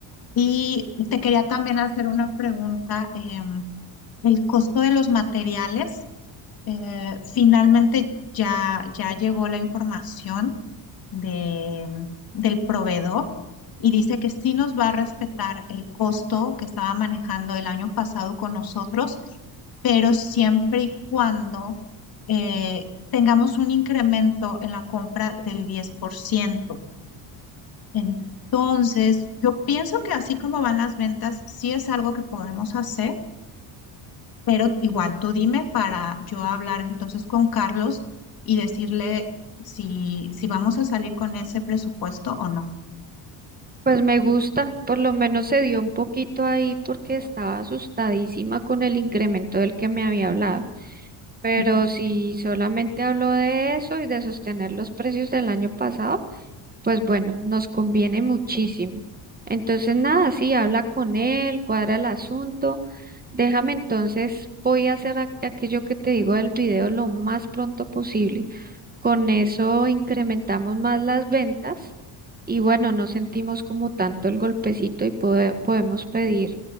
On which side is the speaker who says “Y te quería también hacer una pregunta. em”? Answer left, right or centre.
Left